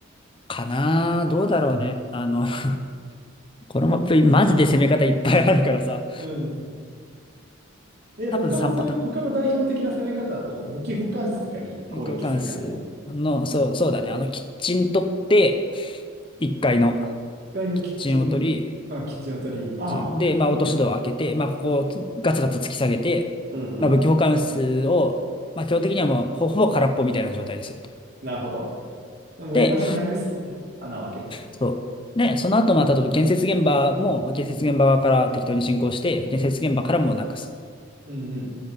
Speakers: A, on the left (about 25°); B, on the right (about 50°).
A: かなあどうだろうね。あの、<laughs>
B: うん。
A: このマップ、マジで攻め方いっぱいあるからさ、
B: うんえ、他の攻め、
A: 多分3パターンぐらい。
B: 他の代表的な攻め方だと武器保管室とかに攻撃する感じ
A: 武器保管室の、
B: ?1
A: そう、そうだね。あの、キッチン取って、1階の
B: 階のキッチン、
A: キッチンを取り、
B: あ、キッチンを取り、ああ、
A: で、まあ、
B: うん
A: 落とし戸を開けて、まあ、ここをガツガツ突き下げて、
B: うんうん
A: まあ、武器保管室を、まあ、基本的にはもうほ、ほぼ空っぽみたいな状態にすると。
B: なるほど。でもう居場所なくすとね、
A: で、
B: 穴を開けまくって。
A: そう。で、その後、まあ、例えば建設現場も、まあ建設現場側から適当に進行して、建設現場からもなくすと。
B: うんうん。